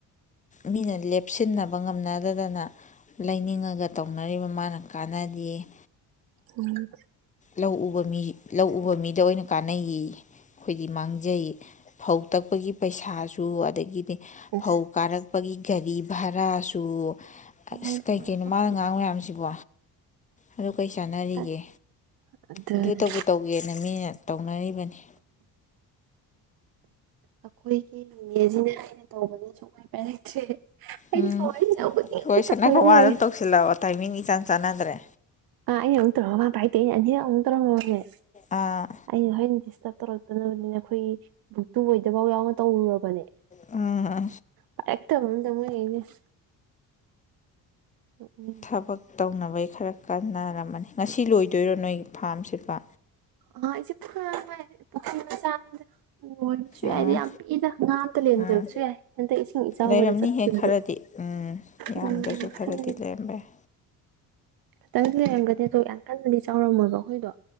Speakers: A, on the left; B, on the right.
A: ꯃꯤꯅ ꯂꯦꯞꯁꯤꯟꯅꯕ ꯉꯝꯅꯗꯗꯅ ꯂꯩꯅꯤꯡꯉꯒ ꯇꯧꯅꯔꯤꯕ ꯃꯥꯅ ꯀꯥꯟꯅꯗꯦ
B: ꯎꯝ
A: ꯂꯧ ꯎꯕ ꯃꯤ ꯂꯧ ꯎꯕ ꯃꯤꯗ ꯑꯣꯏꯅ ꯀꯥꯟꯅꯩꯌꯦꯌꯦ ꯑꯩꯈꯣꯏꯗꯤ ꯃꯥꯡꯖꯩ ꯐꯧ ꯇꯛꯄꯒꯤ ꯄꯩꯁꯥꯁꯨ ꯑꯗ <unintelligible>
B: ꯑꯁ
A: ꯐꯧ ꯀꯥꯔꯛꯄꯒꯤ ꯒꯥꯔꯤ ꯚꯔꯥꯁꯨ
B: ꯅꯨꯡꯉꯥꯏꯖꯔ
A: ꯑꯁ ꯀꯩ ꯀꯩꯅꯣ
B: ꯃꯥꯜꯂꯦ
A: ꯃꯥꯅꯉꯥꯡ ꯃꯌꯥꯝꯁꯤꯕꯣ ꯑꯗꯨ ꯀꯩ ꯆꯥꯟꯅꯔꯤꯒꯦ
B: ꯑꯁ ꯑꯗꯨꯅ
A: ꯑꯗꯨꯨ ꯇꯕꯨ ꯇꯧꯒꯦ ꯃꯤꯅ ꯇꯧꯅꯔꯤꯕꯅꯤ
B: ꯑꯩꯈꯣꯏꯒꯤ ꯅꯤꯅꯦꯁꯤꯅ ꯑꯩꯅ ꯇꯧꯕꯅ ꯁꯨꯡꯄꯥꯏ ꯄꯥꯏꯔꯛꯇ꯭ꯔꯦ ꯑꯩꯅ
A: ꯎꯝ
B: ꯁꯨꯃꯥꯏꯅ ꯁꯤꯗ ꯈꯨꯗꯤꯡꯒꯤ ꯑꯗꯨꯝ
A: ꯋꯥꯔꯤ ꯁꯥꯟꯅꯒ
B: ꯇꯧꯁꯜꯂꯒ
A: ꯃꯥꯅ
B: ꯂꯩꯔꯦ
A: ꯑꯗꯨꯝ ꯇꯧꯁꯤꯜꯂꯕ ꯇꯥꯏꯃꯤꯡ ꯏꯆꯥꯟ ꯆꯥꯟꯅꯗ꯭ꯔꯦ
B: ꯑꯥ ꯑꯩꯅ ꯑꯃꯨꯛ ꯇꯧꯔꯒ ꯃꯥꯅ ꯄꯥꯏꯔꯛꯇꯦ ꯑꯩꯅ ꯑꯅꯤꯔꯛ ꯑꯃꯨꯛ ꯇꯧꯔꯝꯃꯃꯦ
A: ꯑꯥ
B: ꯑꯩ <unintelligible> <inaudible> ꯇꯧꯔꯛꯇꯅꯕꯅꯤꯅ ꯑꯩꯈꯣꯏꯒꯤ ꯕꯨꯛꯇꯨ ꯑꯣꯏꯗ <unintelligible> ꯅ ꯇꯧꯔꯨꯔꯕꯅꯦ
A: ꯎꯝ ꯎꯝ
B: ꯄꯥꯏꯔꯛꯇꯕ <unintelligible> ꯎꯝ
A: ꯊꯕꯛ ꯇꯧꯅꯕꯩ ꯈꯔ ꯀꯥꯟꯅꯔꯝꯃꯅꯤ ꯉꯁꯤ ꯂꯣꯏꯗꯣꯏꯔꯣ ꯅꯣꯏꯒꯤ ꯐꯥꯝꯁꯤꯠꯄ
B: ꯑꯥ ꯑꯩꯁꯤ <inaudible> ꯄꯨꯈ꯭ꯔꯤ ꯃꯆꯥꯅꯤꯗ <unintelligible>
A: ꯑꯥ
B: ꯌꯥꯝ ꯄꯤꯛꯏꯗ ꯉꯥ ꯑꯝꯇ ꯂꯩꯔꯝꯗꯕꯁꯨ
A: ꯎꯝ
B: ꯌꯥꯏ ꯍꯟꯗꯛ ꯏꯁꯤꯡ ꯏꯆꯥꯎꯕꯗ
A: ꯂꯩꯔꯝꯅꯤꯍꯦ
B: ꯆꯠꯈꯤꯕꯗꯨ
A: ꯈꯔꯗꯤ ꯎꯝ ꯌꯥꯝꯗ꯭ꯔꯁꯨ
B: ꯎꯝ
A: ꯈꯔꯗꯤ ꯂꯩꯔꯝꯕ ꯌꯥꯏ
B: ꯈꯇꯪ ꯂꯩꯗꯤ ꯂꯩꯔꯝꯒꯅꯤ ꯑꯗꯣ ꯌꯥꯝ ꯀꯟꯅꯗꯤ ꯆꯥꯎꯔꯝꯃꯣꯏꯕ ꯑꯩꯈꯣꯏꯗꯣ